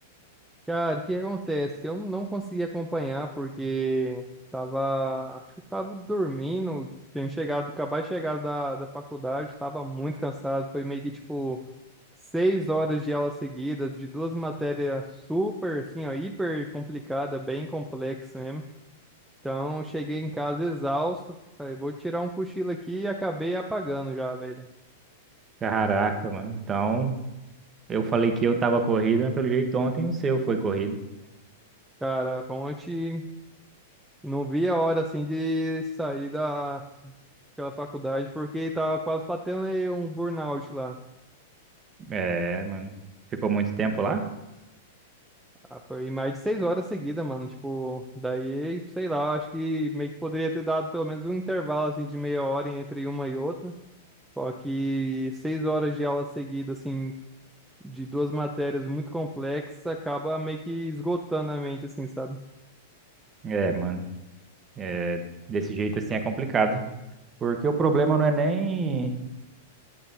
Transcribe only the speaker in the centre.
Cara, o que acontece? Eu não consegui acompanhar porque tava, acho que tava dormindo, tinha chegado, acabado de chegar da, da faculdade, tava muito cansado, foi meio que tipo seis horas de aula seguida, de duas matérias super, assim, ó, hiper complicada, bem complexa mesmo. Então, cheguei em casa exausto, falei, vou tirar um cochilo aqui e acabei apagando já, velho.
Cara, ontem não vi a hora, assim, de sair da aquela faculdade, porque tava quase batendo aí um burnout lá.
Ah, foi mais de seis horas seguidas, mano. Tipo, daí, sei lá, acho que meio que poderia ter dado pelo menos um intervalo, assim, de meia hora entre uma e outra. Só que seis horas de aula seguida, assim, de duas matérias muito complexas, acaba meio que esgotando a mente, assim, sabe?